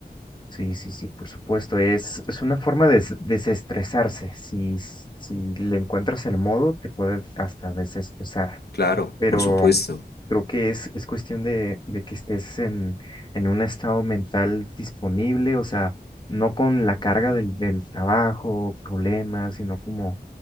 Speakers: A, on the left; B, on the left.
A: sí, sí, sí, por supuesto. Es, es una forma de s- desestresarse. Si, s- si le encuentras el modo, te puede hasta desestresar.
B: Claro,
A: Pero
B: por supuesto.
A: creo que es, es cuestión de, de que estés en, en un estado mental disponible, o sea, no con la carga del, del trabajo, problemas, sino como